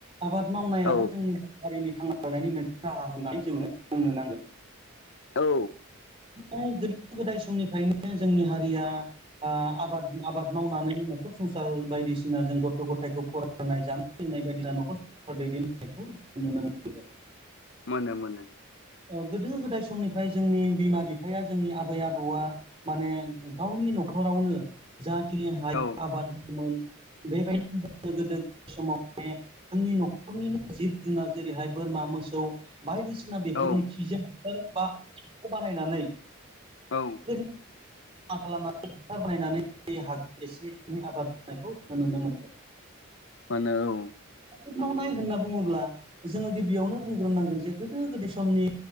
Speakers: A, on the right (about 25°); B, on the left (about 60°).
A: आबाद मावनायाबो
B: औ
A: जोंनि हारिनि थांना थानायनि मोनसे राहा होननानै जोङो बुंनो नांगोन।
B: औ।
A: ओ गोदो-गोदाय समनिफ्रायनो जोंनि हारिया आबाद आबाद मावनानै न'खर संसार बायदिसिना जों गथ' गथायखौ फरायनो जानाय लोंनाय बायदि न'खर संसार दैदेननायखौ नुनो मोनदों।
B: मानो मोनो।
A: गोदो गोदाय समनिफ्राय जोंनि बिमा बिफाया जोंनि आबै-आबौआ माने गावनि न'खरावनो जाखिनि माय
B: औ
A: आबाद मावमोन बेबादिनो गोदोनि समाव माने जोंनि न'खरनिनो जिब-जुनार जेरैहाय बोरमा मोसौ बायदिसिना बेफोरनि
B: औ
A: खिजों <unintelligible> बा बानायनानै
B: औ।
A: <unintelligible> खालामनानै हासार बानायनानै एसे ऐनै आबाद मावनायखौ जों नुनो मोनगोनो।
B: मानो औ।
A: आाबाद मावनाय होनना बुङोब्ला जोङो गिबियावनो बुंग्रोनांगोन जे गोदो-गोदाय समनि